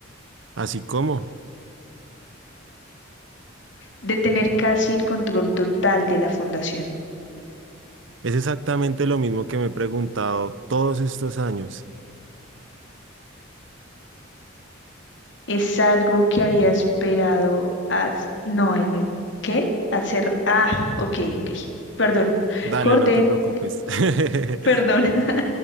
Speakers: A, on the right (about 65°); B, on the left (about 60°).
A: Así como
B: de tener casi el control total de la fundación?
A: es exactamente lo mismo que me he preguntado todos estos años.
B: ¿Es algo que había esperado a... No, ahí me... ¿Qué? Hacer... Ah, ok, ok. Perdón.
A: Dale,
B: Corten.
A: no te preocupes. <laughs>
B: Perdón. <laughs>